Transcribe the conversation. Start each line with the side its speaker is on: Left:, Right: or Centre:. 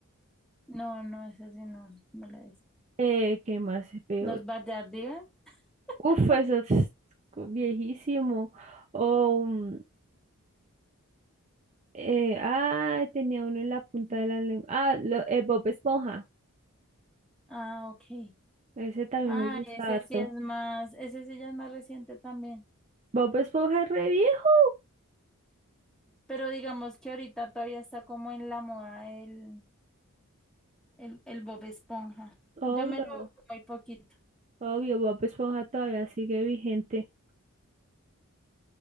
Centre: No, no, ese sí no me lo he visto.
Right: Eh, ¿qué más veo?
Centre: ¿Los
Right: yo?
Centre: Bachardigan? <laughs>
Right: Uf, eso es co- viejísimo. O, mm, eh, ay, tenía uno en la punta de la lengua. Ah, lo- eh, Bob Esponja,
Centre: Ah, ok.
Right: ese también
Centre: Ah,
Right: me gusta
Centre: ese
Right: harto.
Centre: sí es más, ese sí ya es más reciente también.
Right: Bob Esponja es re viejo,
Centre: Pero digamos que ahorita todavía está como en la moda el, el, el Bob Esponja.
Right: obvio.
Centre: Yo me lo veo muy poquito.
Right: Obvio, Bob Esponja todavía sigue vigente.